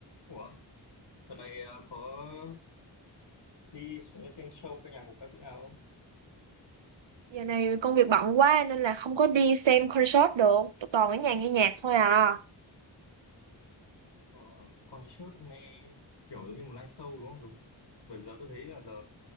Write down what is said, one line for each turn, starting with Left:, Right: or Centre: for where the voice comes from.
Left: Ủa, đợt này ờ, có đi xem show ca nhạc của ca sĩ nào không?
Right: Giờ này công việc bận quá nên là không có đi xem concert được, Tụi toàn ở nhà nghe nhạc thôi à.
Left: Ờ, concert nghe kiểu giống như một live show đúng không? Đúng. Bởi vì giờ tôi thấy là giờ